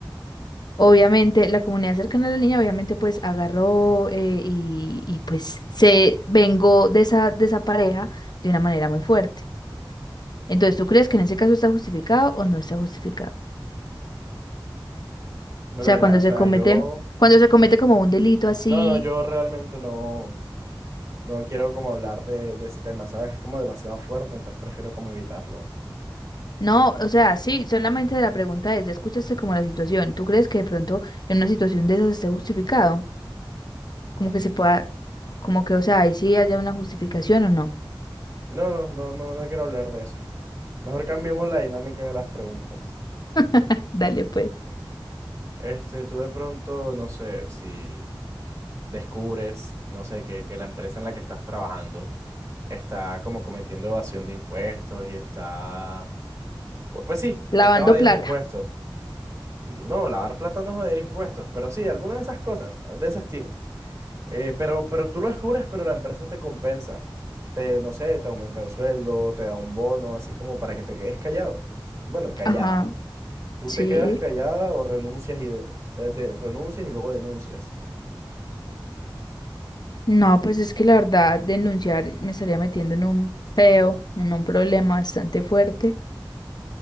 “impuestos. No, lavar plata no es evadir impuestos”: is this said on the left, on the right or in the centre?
Right